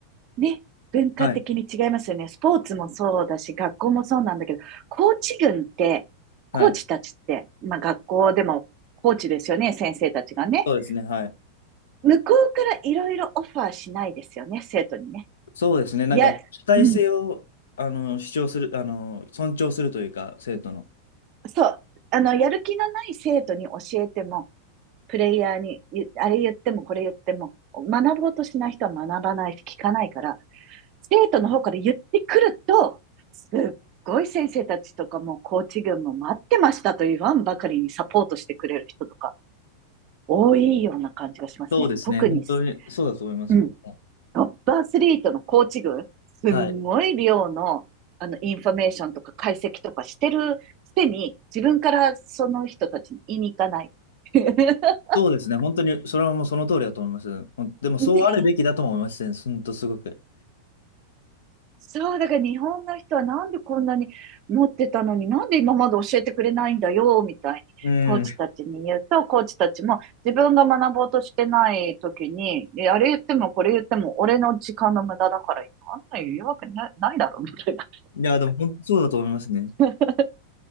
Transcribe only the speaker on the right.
ね、文化的に違いますよね。
スポーツもそうだし、学校もそうなんだけど、コーチ群って、
コーチたちって、まあ学校でもコーチですよね、先生たちがね。
向こうからいろいろオファーしないですよね、生徒にね。
や、
うん、
そう。あの、やる気のない生徒に教えても、プレイヤーに、ゆあれ言ってもこれ言っても、学ぼうとしない人は学ばないし、聞かないから、生徒の方から言ってくると、すっごい先生たちとかもコーチ群も待ってましたと言わんばかりにサポートしてくれる人とか多いような感じがしますね。
特に、
うん、
トップアスリートのコーチ群、すんごい量のあのインフォメーションとか解析とかしてるくせに、
自分からその人たちに言いに行かない。<laughs>
ね
そう、だから日本の人はなんでこんなに持ってたのに、なんで今まで教えてくれないんだよ、みたいに、
コーチたちに言うと、
コーチたちも自分が学ぼうとしてない時に、えあれ言ってもこれ言っても俺の時間の無駄だから、言わなの言うわけなないだろ、みたいな。
<laughs>